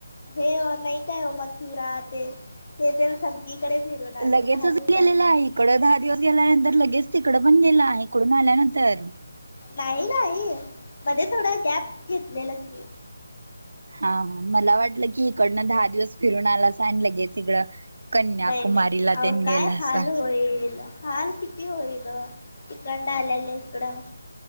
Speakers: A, on the left (about 50°); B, on the right (about 75°).
A: हे अ नाही काय ओ मथुरा ते ते तेन सगी कडे फिरून आलो
B: लगेचच
A: दहा दिवसांची
B: गेलेला आहे इकडं दहा दिवस गेल्यानंतर लगेच तिकड पण गेला इकडून आल्यानंतर
A: नाही, नाही मध्ये थोडा गॅप घेतलेला की
B: हा, हा मला वाटलं की इकडनं दहा दिवस फिरून आला लगेच इकडं कन्याकुमारीला
A: नाही नाही आवो
B: तेन गेलासा.
A: काय हाल होईल हाल कि ती होईल इकंड आल्याला इकडं